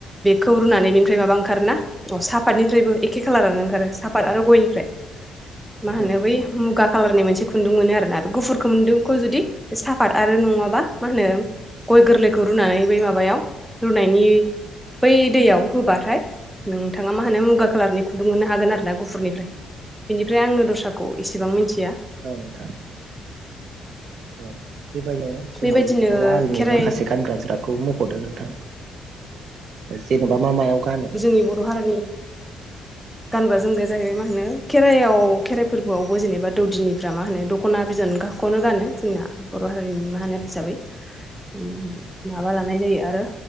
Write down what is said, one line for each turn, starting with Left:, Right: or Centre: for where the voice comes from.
Centre: बेखौ रुनानै बेनिफ्राय माबा ओंखारोना अ साफातनिफ्रायबो एखे खालारानो ओंखारो साफात आरो गयनिफ्राय मा होनो
Right: औ
Centre: बै मुगा कालारनि मोनसे खुुंनदुंमोन आरोना गुफुर खुुनदुंखौ जुदि बे साफात आरो नङाबा मा होनो गय गोरलैखौ रुनानै बै माबायाव रुनायनि बै दैयाव होबाथाय नोंथाङा मा होनो मुगा कलारनि खुन्दुं मोननो हागोन आरो ना गुफुरनिफ्राय बिनिफ्राय आङो दस्राखौ एसेबां मिथि
Right: औ नोंथां औ बेबायदिनो जोंनि
Centre: बेबायदिनो
Right: बर' हारिनि
Centre: खेराइ
Right: माखासे गानग्रा जोमग्राखौ मख'दों नोंथां जेन'बा मा मायाव गानो
Centre: जोंनि बर' हारिनि <inaudible> गानग्रा जोमगाया जाहैबाय मा होनो खेराइायाव खेराइ फोरबोआवबो जेनेबा दौदिनिफ्रा मा होनो दख'ना बिदन खौनो गानो जोंना बर' हारिनि मा होनो हिसाबै ओम माबा लानाय जायो आरो